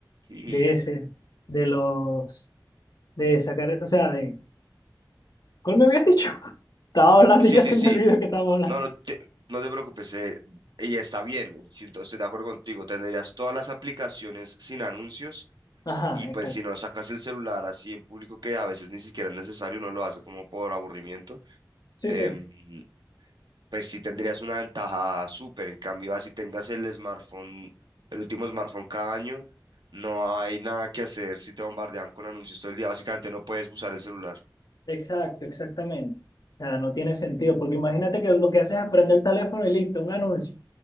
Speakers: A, on the right; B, on the left.
A: Mm.
B: de ese, de los, de sacar, o sea, de, ¿cuál me habías dicho? <laughs> Estaba hablando
A: Sí,
B: y ya
A: sí,
B: se
A: sí.
B: me olvidó que estaba hablando.
A: No, no te, no te preocupes. eh, y está bien. siento- estoy de acuerdo contigo. Tendrías todas las aplicaciones sin anuncios.
B: Ajá,
A: Y pues
B: exacto.
A: si no sacas el celular así en público, que a veces ni siquiera es necesario, no lo hace como por aburrimiento
B: Sí,
A: em,
B: sí,
A: pues sí tendrías una ventaja súper. En cambio, así tengas el smartphone, el último smartphone cada año, no hay nada que hacer si te bombardean con anuncios todo el día. Básicamente no puedes usar el celular.
B: exacto, exactamente. O sea, no tiene sentido, porque imagínate que lo que haces es prender el teléfono y listo, un anuncio.